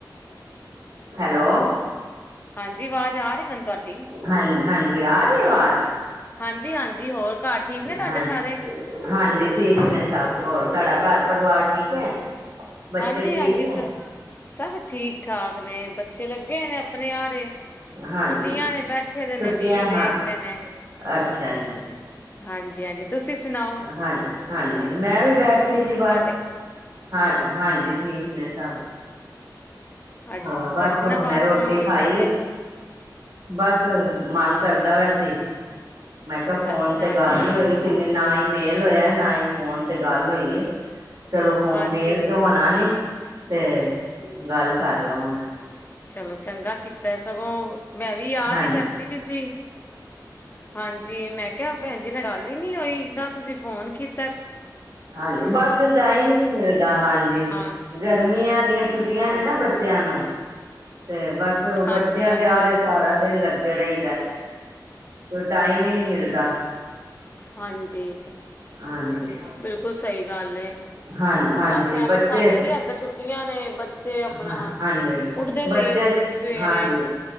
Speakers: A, on the right; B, on the left.
A: ਹੈਲੋ।
B: ਹਾਂਜੀ, ਵਾਜ ਆ ਰੀ ਮੈਨੂੰ ਤੁਆਡੀ।
A: ਹਾਂਜ ਹਾਂਜੀ ਆ ਰੀਏ ਆਵਾਜ?
B: ਹਾਂਜੀ-ਹਾਂਜੀ, ਹੋਰ ਘਰ ਠੀਕ ਨੇ ਤੁਆਡੇ
A: ਹਾਂ
B: ਸਾਰੇ?
A: ਹਾਂਜੀ ਠੀਕ ਨੇ ਸਭ, ਹੋਰ ਤੁਆਡਾ ਘਰ-ਪਰਵਾਰ ਠੀਕ ਐ? ਬੱਚੇ
B: ਹਾਂਜੀ
A: ਠੀਕ
B: ਹਾਂਜੀ
A: ਨੇ?
B: ਸ ਸਭ ਠੀਕ ਠਾਕ ਨੇ, ਬੱਚੇ ਲੱਗੇ ਨੇ ਅਪਨੇ ਆਾਰੇ।
A: ਹਾਂਜੀ
B: ਛੁੱਟੀਆਂ ਨੇ ਬੈਠੇ ਦੇ
A: ਛੁੱਟੀਆਂ
B: ਨੇ, ਟੀਵੀ
A: ਹਾਂ
B: ਦੇਖ ਰੇ ਨੇ।
A: ਅੱਛਾ ਜੀ
B: ਹਾਂਜੀ-ਹਾਂਜੀ, ਤੁਸੀਂ ਸੁਨਾਓ?
A: ਹਾਂ ਹਾਂਜੀ ਮੈਂ ਵੀ ਬੈਠੀ ਸੀ,
B: ਤੁਹਾਡੇ
A: ਬਸ। ਹਾਂ ਹਾਂਜੀ, ਠੀਕ ਨੇ ਸਭ।
B: ਅੱਜ
A: ਹਾਂ ਬਸ,
B: ਬੜੇ ਦਿਨਾਂ
A: ਹੁਨੇ
B: ਬਾਅਦ
A: ਰੋਟੀ
B: ਫੋਨ
A: ਖਾਈ
B: ਕੀਤਾ ਜੇ,
A: ਏ। ਬਸ ਮਨ ਕਰਦਾ ਵੈ ਸੀ, ਮੈਂ ਕਿਹਾ ਫੋਨ
B: ਅੱਛਾ
A: ਤੇ ਗੱਲ
B: ਅੱਛਾ।
A: ਨੀ ਹੋਈ। ਕਿਨੇ ਨਾ ਹੀ ਮੇਲ ਹੋਇਆ ਨਾ ਹੀ ਫੋਨ ਤੇ ਗੱਲ ਹੋਈ ਐ। ਚਲੋ ਫੋਨ
B: ਹਾਂਜੀ
A: ਮੇਲ ਤੇ ਹੋਣਾ ਨੀ, ਤੇ ਗੱਲ ਕਰ ਲਵਾਂ ਮੈਂ।
B: ਚਲੋ ਚੰਗਾ ਕੀਤਾ, ਸਗੋਂ ਮੈਂ ਵੀ ਯਾਦ
A: ਹਾਂਜੀ
B: ਹੀ ਕਰਦੀ ਵੀ ਸੀ। ਹਾਂਜੀ ਮੈਂ ਕਿਹਾ ਭੈਣ ਜੀ ਨਾ ਗੱਲ ਹੀ ਨੀ ਹੋਈ ਨਾ ਤੁਸੀਂ ਫੋਨ ਕੀ-
A: ਹਾਂਜੀ ਬਸ ਟਾਈਮ ਈ- ਨੀ ਮਿਲਦਾ ਹਾਂਜੀ,
B: ਹਾਂ
A: ਗਰਮੀਆਂ ਦੀਆਂ ਛੁੱਟੀਆਂ
B: ਹਾਂਜੀ
A: ਨੇ ਨਾ ਬੱਚਿਆਂ ਨੂੰ। ਤੇ ਬਸ ਬੱਚਿਆਂ
B: ਹਾਂਜੀ ਹਾਂਜੀ
A: ਦੇ ਆਰੇ ਸਾਰਾ ਦਿਨ ਲੱਗੇ ਰਹੀਦਾ। ਤੇ ਟਾਈਮ ਹੀ ਨੀ ਮਿਲਦਾ।
B: ਹਾਂਜੀ।
A: ਹਾਂਜੀ।
B: ਬਿਲਕੁਲ ਸਹੀ ਗੱਲ ਏ।
A: ਹਾਂ ਹਾਂਜੀ
B: ਬਸ ਐਵੇਂ
A: ਬੱਚੇ
B: ਸਾਡੇ ਵੀ ਐਦਾ ਛੁੱਟੀਆਂ ਨੇ ਬੱਚੇ ਆਪਣਾ,
A: ਹਾਂ ਹਾਂਜੀ
B: ਉੱਠਦੇ ਲੇਟ-
A: ਬੱਚੇ
B: ਸਵੇਰੇ।
A: ਹਾਂਜੀ